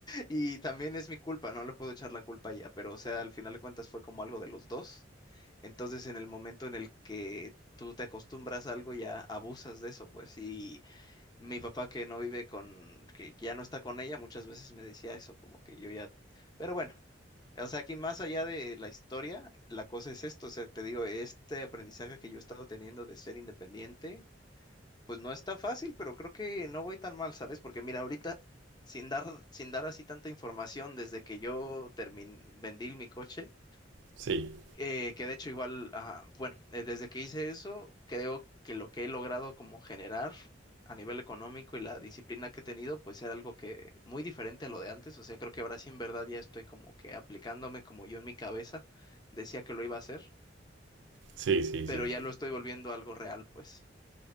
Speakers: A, on the left; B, on the right.
A: Y también es mi culpa, no le puedo echar la culpa a ella, pero o sea, al final de cuentas fue como algo de los dos. Entonces, en el momento en el que tú te acostumbras a algo, ya abusas de eso, pues. Y mi papá que no vive con, que que ya no está con ella, muchas veces me decía eso, como que yo ya, pero bueno. O sea, aquí más allá de la historia, la cosa es esto, o sea, te digo, este aprendizaje que yo he estado teniendo de ser independiente, pues no está fácil, pero creo que no voy tan mal, ¿sabes? Porque mira, ahorita, sin dar, sin dar así tanta información, desde que yo terminé, vendí mi coche,
B: sí,
A: eh, que de hecho igual, ajá, bueno, eh, desde que hice eso, creo que lo que he logrado como generar a nivel económico y la disciplina que he tenido, pues era algo que muy diferente a lo de antes. O sea, creo que ahora sí en verdad ya estoy como que aplicándome como yo en mi cabeza decía que lo iba a hacer,
B: sí, sí,
A: pero
B: sí.
A: ya lo estoy volviendo algo real, pues.